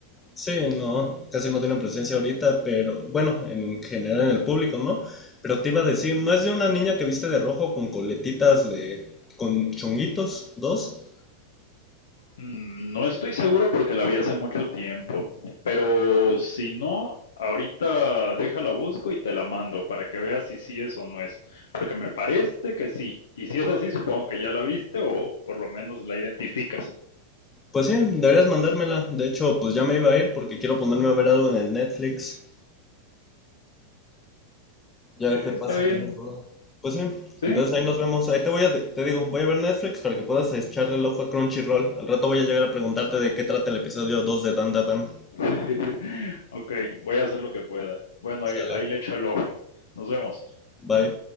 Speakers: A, on the left (about 15°); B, on the left (about 65°).
A: sí, no, casi no tiene presencia ahorita, pero bueno, en general en el público, ¿no? Pero te iba a decir, ¿no es de una niña que viste de rojo con coletitas de... con chonguitos, dos?
B: Mm, No estoy seguro porque la vi hace mucho tiempo, pero si no, ahorita déjala busco y te la mando para que veas si sí es o no es, porque me parece que sí, y si es así, supongo que ya la viste o por lo menos la identificas.
A: Pues sí, deberías mandármela. De hecho, pues ya me iba a ir porque quiero ponerme a ver algo en el Netflix.
B: Sí,
A: Ya se pasa,
B: está bien,
A: tengo problema. Pues sí,
B: sí.
A: entonces ahí nos vemos. Ahí te voy a, te digo, voy a ver Netflix para que puedas echarle el ojo a Crunchyroll. Al rato voy a llegar a preguntarte de qué trata el episodio 2 de Dan Dan Dan.
B: <laughs> Ok, voy a hacer lo que pueda. Bueno,
A: Sale.
B: ahí, ahí le echo el ojo. Nos vemos.
A: Bye.